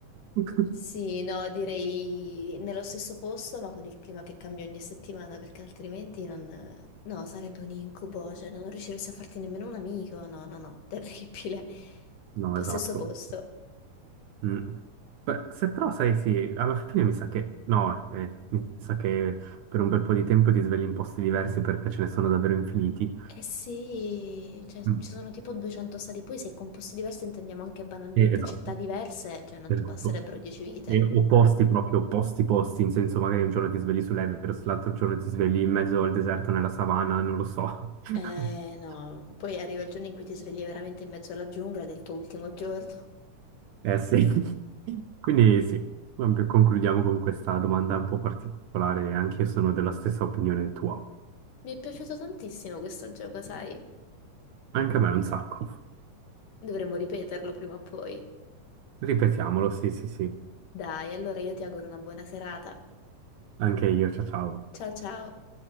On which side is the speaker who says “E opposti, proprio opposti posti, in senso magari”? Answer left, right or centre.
Right